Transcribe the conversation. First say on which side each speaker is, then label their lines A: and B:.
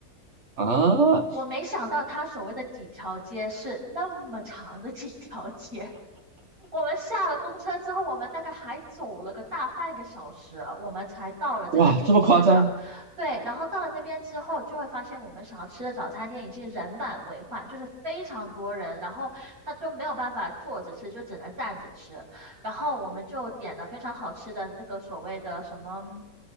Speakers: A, on the right; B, on the right.
A: 啊，
B: 我没想到他所谓的几条街是那么长的几条街。我们下了公车之后，我们大概还走了个大半个小时，我们才到了这个第一市场。
A: 哇，这么夸张？
B: 对，然后到了那边之后，就会发现我们想要吃的早餐店已经人满为患，就是非常多人，然后他都没有办法坐着吃，就只能站着吃。然后我们就点了非常好吃的那个所谓的什么，